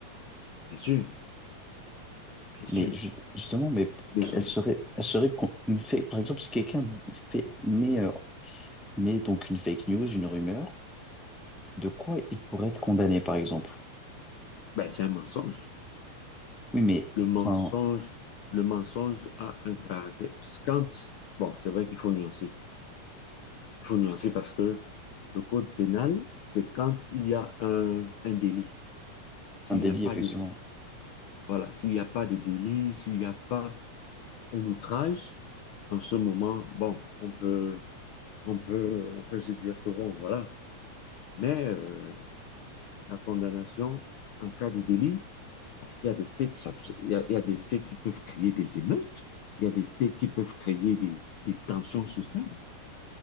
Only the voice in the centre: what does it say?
Mais
ju- justement, mais
elles
seraient, elles seraient con- une fa- par exemple, si quelqu'un fait, met, euh, met donc une fake news, une rumeur, de quoi il pourrait être condamné, par exemple?
Oui, mais
enfin,
un délit,
effectivement.